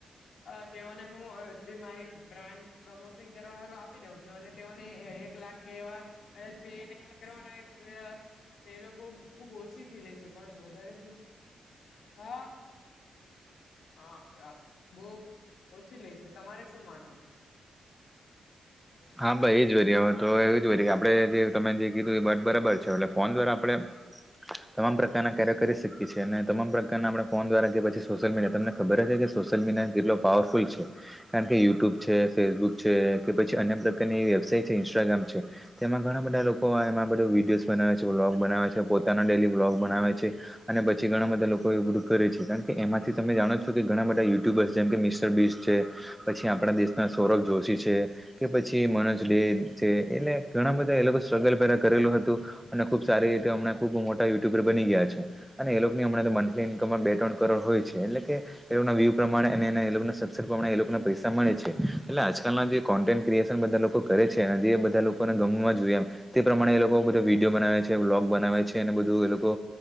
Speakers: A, on the left; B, in the centre.
A: અ તેઓને હું મારી બ્રાન્ડ પ્રમોસિંગ કરવારું આપી દઉં છું. અને તેઓને એક લાખ એવા કચ પ એ કરવાનાય તો એ લોકો ખુબ ઓછી ફી લે છે પણ વધારે ફી હા હા બહુ ઓછી લે છે. તમારે શું માનવું?
B: હા ભાઈ એ જ વ હોય તો એ જ વ કે આપણેે જે તમે જે કીધું એ બ બરાબર છે. એટલે ફોન દ્વારા આપણે <inaudible> તમામ પ્રકારના કાર્ય કરી શકીએ છીએ અને તમામ પ્રકારના આપણે ફોન દ્વારા કે પછી સોશિયલ મીડિયા તમને ખબર જ એટલે સોશિયલ મીડિયા કેટલો પાવરફુલ છે કારણ કે યુટ્યુબ છે ફેસબુક છે કે પછી અન્ય પ્રકારની વેબસાઇટ છે ઇન્સ્ટાગ્રામ છે તેમાં ઘણા બધા લોકો એમાં બધો વિડીયોસ બનાવે છે વ્લોગ બનાવે છે પોતાના ડેલી વ્લોગ બનાવે છે અને પછી ઘણા બધા લોકો એવું કરે છે. કારણ કે એમાંથી તમે જાણો છો કે ઘણા બધા યુટ્યુબરસ જેમ કે મિસ મિસ્ટર બીસ્ટ પછી આપણા દેશના સૌરભ જોશી છે કે પછી મનોજ ડે છે એટલે ઘણા
A: હા
B: બધા એ લોકો સ્ટ્રગલ પહેલા કરેલું હતું અને ખુબ સારી રીતે હમણાં ખુબ મોટા યુટ્યુબર બની ગયા છે. અને એ લોકોની હમણાં મંથલી ઇન્કમમાં બે ત્રણ કરોડ હોય છે એટલે કે એ લોકો વ્યુ પ્રમાણે અને સબસ્ક્રીસન પ્રમાણે એ લોકો પૈસા મળે છે એટલે આજકાલના જે કોન્ટેન્ટ ક્રીએશન બધા લોકો કરે છે અને જે બધા લોકોને ગમવા જોઈએ એમ. તે પ્રમાણે એ લોકો બધા વિડીયો બનાવે છે વ્લોગ બનાવે છે અને બધું એ લોકો